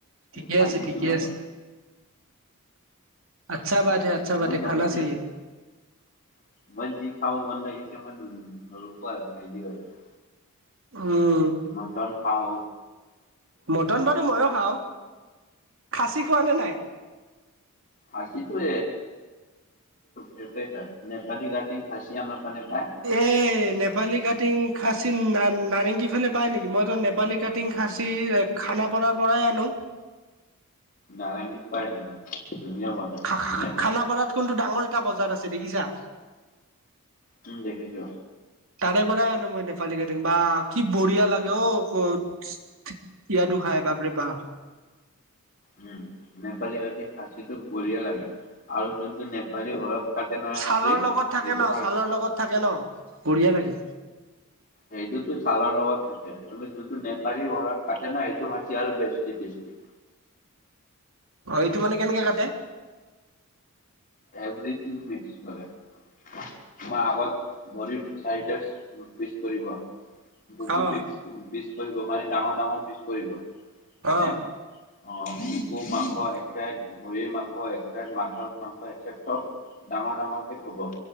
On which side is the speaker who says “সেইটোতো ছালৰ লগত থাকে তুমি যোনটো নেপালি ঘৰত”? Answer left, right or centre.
Left